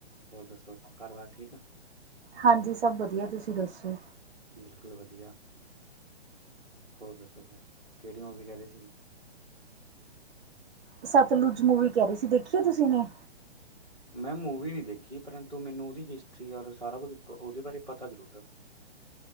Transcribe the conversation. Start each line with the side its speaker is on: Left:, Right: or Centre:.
Centre: ਹੋਰ ਦੱਸੋ। ਘਰ ਬਾਰ ਠੀਕ ਆ।
Right: ਹਾਂਜੀ, ਸਭ ਵਧੀਆ ਤੁਸੀਂ ਦੱਸੋ।
Centre: ਬਿਲਕੁਲ ਵਧੀਆ। ਹੋਰ ਦੱਸੋ ਫਿਰ ਕਿਹੜੀ ਓ ਵੀ ਕਹਿ ਰਹੇ ਸੀਗੇ
Right: ਸਤਲੁਜ ਮੂਵੀ ਕਹਿ ਰਹੀ ਸੀ। ਦੇਖੀ ਏ ਤੁਸੀਂ ਨੇ
Centre: ਮੈਂ ਮੂਵੀ ਨਹੀਂ ਦੇਖੀ, ਪਰੰਤੂ, ਮੈਨੂੰ ਉਹਦੀ ਹਿਸਟਰੀ ਔਰ, ਸਾਰਾ ਕੁੱਝ ਉਹਦੇ ਬਾਰੇ ਪਤਾ ਜ਼ਰੂਰ ਆ।